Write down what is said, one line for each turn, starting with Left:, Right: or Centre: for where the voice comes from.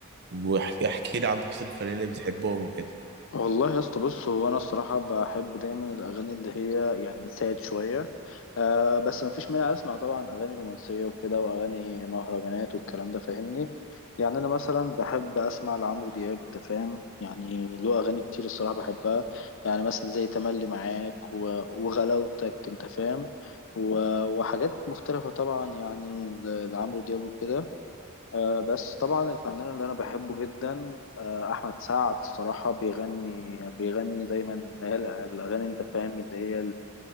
Right: واحكي لي عن تفاصيل الفنانين اللي بتحبهم وكده
Left: والله يا اسطى بص هو انا الصراحه بحب دايما الاغاني اللي هي يعني ساد شويه أه بس ما فيش مانع اسمع طبعا اغاني رومانسيه وكده واغاني مهرجانات والكلام ده فاهمني يعني انا مثلا بحب اسمع لعمرو دياب انت فاهم يعني له اغاني كتير الصراحه بحبها يعني مثلا زي تملي معاك و- وغلاوتك انت فاهم و- وحاجات مختلفه طبعا يعني ل- لعمرو دياب وكده آه، بس طبعا الفنان اللي انا بحبه جدا آه، احمد سعد الصراحه بيغني بيغني دايما اللي هي الاغاني انت فاهم اللي هي